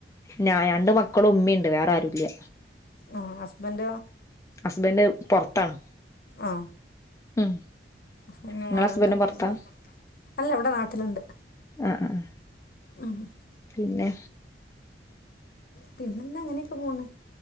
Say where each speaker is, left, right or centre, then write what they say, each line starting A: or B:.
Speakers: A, on the left; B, on the left.
A: ഞാ രണ്ടു മക്കളും ഉമ്മേണ്ട് വേറാരുല്യ
B: ആ ഹസ്ബൻഡ്
A: ഹസ്ബന്റ് പൊറത്താണ്
B: ആ
A: ഉം
B: പിന്നെ
A: ഇങ്ങളെ
B: ആരുണ്ടാവൂല്ലല്ലേ
A: ഹസ്ബൻഡും പൊറത്താ
B: അല്ല ഇവിടെ നാട്ടില്ണ്ട്
A: ആഹ് ആഹ്
B: ഉം ഹ്
A: പിന്നെ
B: പിന്നെന്താങ്ങനെക്കെ പോണ്